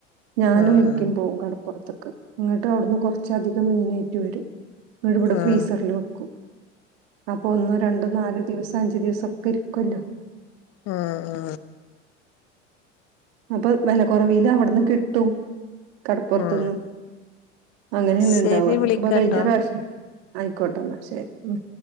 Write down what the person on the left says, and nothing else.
ആഹ്
ആഹ്
ആ ആ
ആഹ്
ശരി
വിളിക്കാട്ടോ